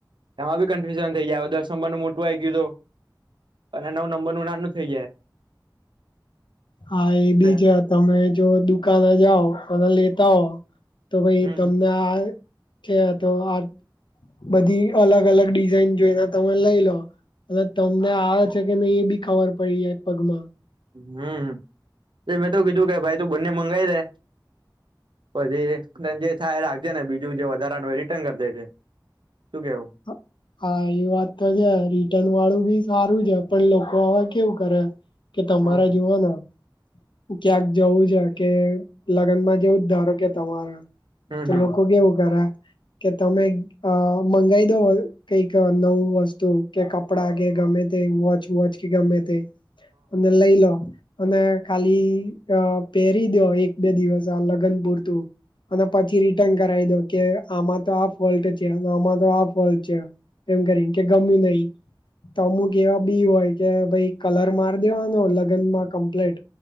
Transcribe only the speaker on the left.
હા એ
બી છે તમે જો દુકાને જાઓ અને લેતા હો તો ભાઈ
તમને આ કે તો આ બધી અલગ અલગ ડિઝાઇન જોઈને તમે લઈ લો અને તમને આવે છે કે નને એ બી ખબર પડી જાય પગમાં.
હા. હા એ વાત તો છે રિટર્ન વાળું બી સારું છે. પણ લોકો હવે કેવું કરે કે તમારા
જેવા ક્યાંક જવું છે કે લગ્નમાં જેવું જ ધારો કે તમારે
તો
લોકો કેવું કરે કે તમે મંગાઈ દો કઈક નવું વસ્તુ કે ક કપડા કે ગમે તે વોચ વોચ કે ગમે તે અને લઈ લો અને ખાલી અ પહેરી દો એક બે દિવસ આ લગન પુરતું. અને પછી રિટર્ન કરાવી દો કે આમા આ ફોલ્ટ છે કે આમા આ ફોલ્ટ છે. એમ કરી કે ગમ્યું તો અમુક એવા બી હોય કે ભાઈ કલર માર દેવાનો લગ્નમાં કપલેટ.